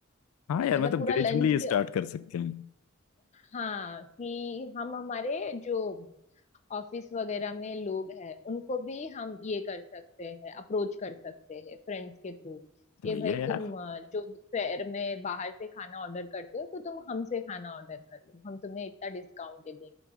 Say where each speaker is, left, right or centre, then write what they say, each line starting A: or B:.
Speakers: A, on the left; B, on the left.
A: हाँ यार
B: मतलब
A: मतलब
B: पूरा
A: ग्रेजुअली
B: लंच
A: स्टार्ट कर सकते हैं
B: हाँ कि हम हमारे जो ऑफिस वगैरह में लोग हैं उनको भी हम ये कर सकते हैं अप्रोच कर सकते हैं फ्रेंड्स के थ्रू
A: सही
B: कि भाई
A: है यार
B: तुम अ, जो दोपहर में बाहर से खाना ऑर्डर करते हो तो तुम हमसे खाना ऑर्डर कर लो हम तुम्हें इतना डिस्काउंट दे